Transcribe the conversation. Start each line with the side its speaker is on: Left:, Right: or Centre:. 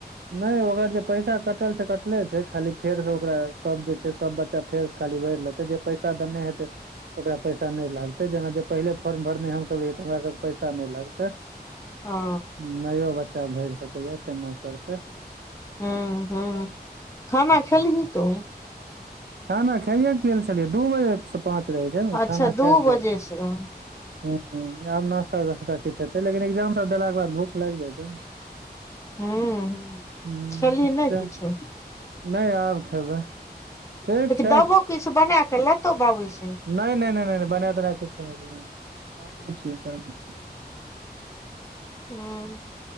Right: नै ओकर जे पैसा कटल छै कटले छै खाली फेर से ओकरा सब जे छै सब बच्चा फेरसँ खाली भैर लेतै जे पैसा देने हेतै ओकरा पैसा नै लागते जेना जे पहिले फॉर्म भरने हम सब रहियै तऽ हमरा सब कऽ पैसा नै लागते
Left: हँ
Right: <inaudible> नयो बच्चा भैर सकैए तेना करत
Left: <inaudible> हू हू खाना खेलही तु
Right: खाना खाइए कऽ गेल छलियै दू बजेसँ पाँच रहै छै न तऽ
Left: अच्छा
Right: खाना खै
Left: दू
Right: कऽ
Left: बजे
Right: गेल
Left: से रह हूँ
Right: हू आब नास्ता तास्ता किछ हेतै लेकिन एग्जाम सब देला कऽ बाद भूख लाइग जाइ छै न
Left: हूँ
Right: <inaudible> हू
Left: खेलही नहि
Right: च
Left: किछो
Right: <inaudible> नै आब खेबै ठीक छै
Left: देबो किछ बना कऽ लेतो बाबूल सिंह
Right: नै नै नै नै नै बना तना कऽ किछो नै दिहैन <inaudible>
Left: हू